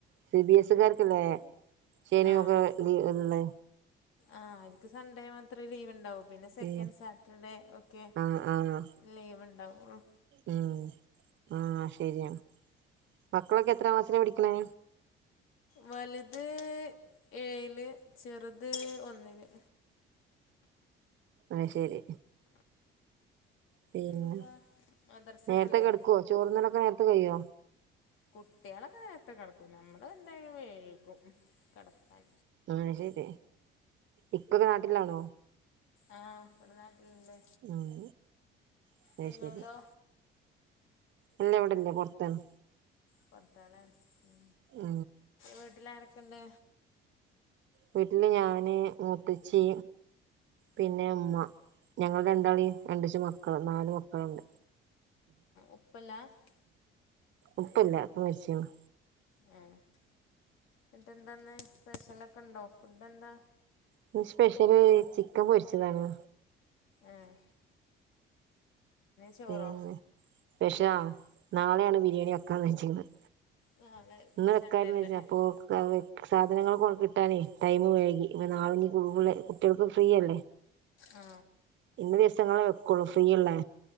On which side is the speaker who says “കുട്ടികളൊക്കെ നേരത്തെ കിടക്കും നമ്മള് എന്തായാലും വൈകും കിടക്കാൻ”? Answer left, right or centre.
Left